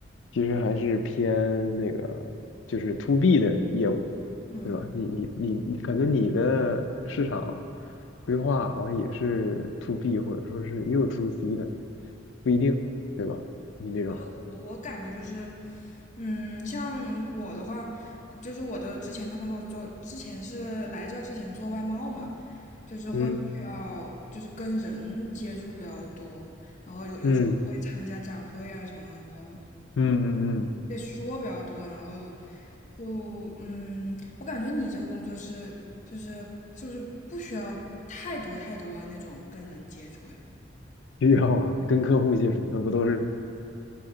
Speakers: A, on the left (about 70°); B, on the left (about 40°).
A: 其实还是偏那个就是 to B 的业务，
B: 嗯，
A: 对吧？你你你你，感觉你的市场规划好像也是 to B 或者说是也有 to C 的，不一定，对吧？你这种，
B: 呃我我感觉就是嗯，像我的话，就是我的之前的工作做，之前是来这之前做外贸嘛，就是会需要就是跟人接触比较多，
A: 嗯
B: 然后有有时候会参加展会啊什么，
A: 嗯
B: 然后
A: 嗯嗯嗯，
B: 也说比较多，然后就嗯，我感觉你这个工作是就是是不是不需要太多太多那种跟人接触呀？
A: 需要啊，跟客户接触，那不都是